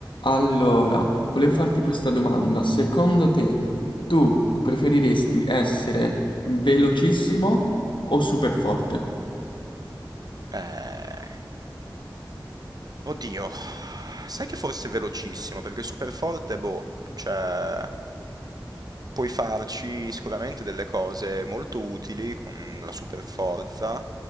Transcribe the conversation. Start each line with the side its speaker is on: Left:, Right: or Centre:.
Left: Allora, volevo farti questa domanda. Secondo te, tu preferiresti essere velocissimo o super forte?
Right: Eh, oddio, sai che forse è velocissimo, perché super forte, boh, cioè... Puoi farci sicuramente delle cose molto utili con la super forza,